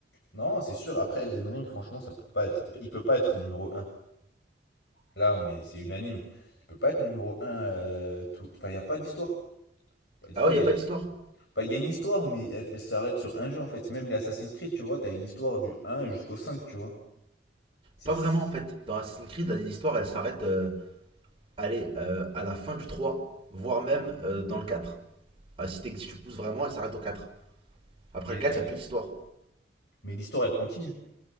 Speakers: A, on the left (about 65°); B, on the right (about 30°).
A: Non, c'est sûr, après Elden Ring, franchement, ça peut pas être. Il peut pas être numéro un. Là, on est, c'est unanime. Il peut pas être numéro un. euh, tout. Enfin, il n'y a pas d'histoire. Pas d'histoire,
B: Ah ouais,
A: il
B: y a pas
A: y a
B: d'histoire?
A: Enfin, il y a une histoire, mais elle, elle s'arrête sur un jeu en fait. Même les Assassin's Creed, tu vois, t'as une histoire du un jusqu'au cinq tu vois. C'est,
B: Pas
A: c'est-
B: vraiment, en fait. Dans Assassin's Creed, là, l'histoire, elle s'arrête, euh, allez, euh, à la fin du 3, voire même euh, dans le 4. Ah, si, t'es- si tu pousses vraiment, elle s'arrête au 4. Après
A: mais,
B: le 4,
A: elle-
B: y a plus d'histoire.
A: mais l'histoire, elle continue.